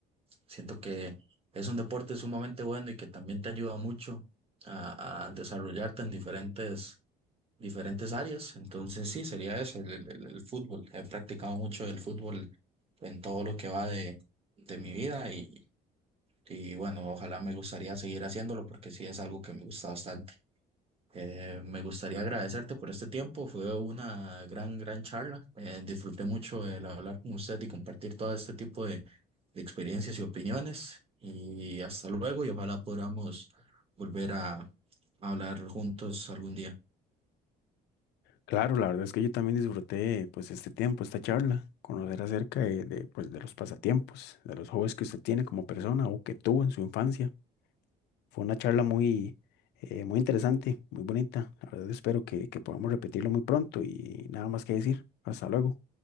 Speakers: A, on the right; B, on the left.
A: Siento que es un deporte sumamente bueno y que también te ayuda mucho a, a desarrollarte en diferentes, diferentes áreas. Entonces sí, sería ese, el, el- el- el fútbol. He practicado mucho el fútbol en todo lo que va de, de mi vida y, y bueno, ojalá me gustaría seguir haciéndolo porque sí es algo que me gusta bastante. Eh, me gustaría agradecerte por este tiempo. Fue una gran, gran charla. Eh, disfruté mucho el hablar con usted y compartir todo este tipo de, de experiencias y opiniones. Y hasta luego y ojalá podamos volver a hablar juntos algún día.
B: Claro, la verdad es que yo también disfruté pues este tiempo, esta charla, conocer acerca de, de, pues, de los pasatiempos, de los hobbies que usted tiene como persona o que tuvo en su infancia. Fue una charla muy, eh, muy interesante, muy bonita. La verdad espero que, que podamos repetirlo muy pronto y nada más que decir. Hasta luego.